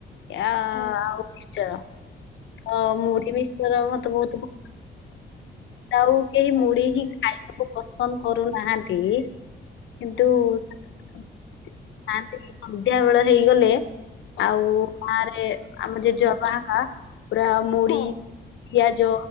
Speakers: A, on the left; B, on the left.
A: ଆ
B: ହଁ
A: ଆଉ ମିସ୍ଚର ତ ମୁଢି ମିସ୍ ର ମତେ ବହୁତ ଭ ତ ଆଉ କେହି ମୁଢ଼ି
B: ଆଚ୍ଛା
A: ହିଁ ଖାଇବାକୁ ପସନ୍ଦ କରୁନାହାନ୍ତି କିନ୍ତୁ
B: ହଁ
A: <unintelligible> ସନ୍ଧ୍ୟା ବେଳ ହେଇଗଲେ ଆଉ ଗାଁରେ ଆମ ଜେଜେବାପା ହାକା ପୁରା ମୁଡି
B: ହଁ
A: ପିଆଜ